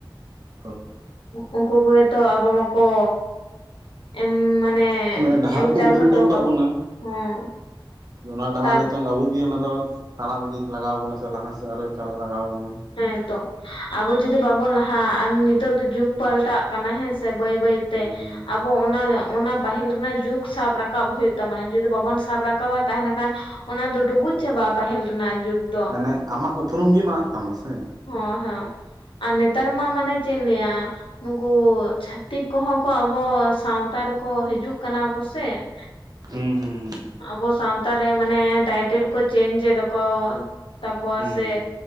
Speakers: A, on the right; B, on the left.
A: ᱠᱚ
B: ᱩᱝᱠᱩ ᱠᱚᱜᱮᱛᱚ ᱟᱵᱚ ᱢᱟᱠᱚ ᱮᱢ ᱢᱟᱱᱮ
A: ᱢᱟᱱᱮ ᱰᱟᱦᱟᱨ
B: ᱮᱢ
A: ᱠᱚ
B: ᱪᱟᱞ
A: ᱩᱫᱩᱜ ᱦᱚᱴᱚ ᱟᱠᱟᱫ
B: ᱠᱟᱜ
A: ᱵᱚᱱᱟ,
B: ᱦᱮᱸ
A: ᱚᱱᱟ ᱰᱟᱦᱟᱨ
B: ᱛᱟᱨ
A: ᱱᱤᱛᱚᱝ ᱟᱵᱩ ᱜᱮ ᱚᱱᱟ ᱫᱚ ᱛᱟᱲᱟᱢ ᱤᱫᱤ ᱞᱟᱜᱟᱣ ᱵᱚᱱᱟ ᱥᱮ ᱞᱟᱦᱟ ᱥᱮᱫ ᱟᱨᱚ ᱪᱟᱞᱟᱜ ᱞᱟᱜᱟᱣ ᱵᱚᱱᱟ ᱾
B: ᱦᱮᱸᱛᱚ, ᱟᱵᱚ ᱡᱩᱫᱤ ᱵᱟᱵᱚᱱ ᱞᱟᱦᱟᱜᱼᱟ ᱟᱨ ᱱᱤ ᱛᱚᱜ ᱫᱚ ᱡᱩᱜᱽ
A: ᱦᱩᱸ
B: ᱯᱟᱞᱴᱟᱜ ᱠᱟᱱᱟ ᱦᱮᱸ ᱥᱮ ᱵᱟᱹᱭ ᱵᱟᱹᱭᱛᱮ,
A: ᱦᱩᱸ
B: ᱟᱵᱚ ᱚᱱᱟᱭ ᱚᱱᱟ ᱯᱟᱹᱦᱤᱞ ᱨᱮᱱᱟᱜ ᱡᱩᱜᱽ ᱥᱟᱵ ᱨᱟᱠᱟᱵ ᱦᱩᱭᱩᱜ ᱛᱟᱢᱟ, ᱡᱩᱫᱤ ᱵᱟᱵᱚᱱ ᱥᱟᱵ ᱨᱟᱠᱟᱵᱟ ᱛᱟᱦᱚᱞᱮ ᱠᱷᱟᱱ ᱚᱱᱟ ᱫᱚ ᱰᱩᱵᱩᱡ ᱪᱟᱵᱟᱜᱼᱟ ᱯᱟᱦᱤᱞ ᱨᱮᱱᱟᱜ ᱡᱩᱜᱽ ᱾
A: ᱢᱟᱱᱮ ᱟᱢᱟᱜ ᱩᱯᱨᱩᱢ ᱜᱮ ᱟᱫ ᱛᱟᱢᱟ ᱥᱮ ᱾
B: ᱦᱳᱭ ᱦᱳᱭ, ᱟᱨ ᱱᱮᱛᱟᱨ ᱢᱟ ᱢᱟᱱᱮ ᱪᱮᱫ ᱤᱧ ᱞᱟᱹᱭᱟ! ᱱᱩᱠᱩ ᱪᱷᱟᱛᱤᱠ ᱠᱚᱦᱚᱸ ᱠᱚ ᱟᱵᱚ ᱥᱟᱶᱛᱟ ᱨᱮᱠᱚ ᱦᱤᱡᱩᱜ ᱠᱟᱱᱟ ᱠᱚᱥᱮ ᱾
A: ᱦᱩᱸ ᱦᱩᱸ ᱾
B: ᱟᱵᱚ ᱥᱟᱶᱛᱟᱨᱮ ᱢᱟᱱᱮ ᱴᱟᱭᱴᱮᱞ ᱠᱚ ᱪᱮᱧᱡ ᱮ ᱛᱟᱠᱚ ᱾ ᱛᱟᱠᱚᱣᱟ
A: ᱦᱩᱸ
B: ᱥᱮ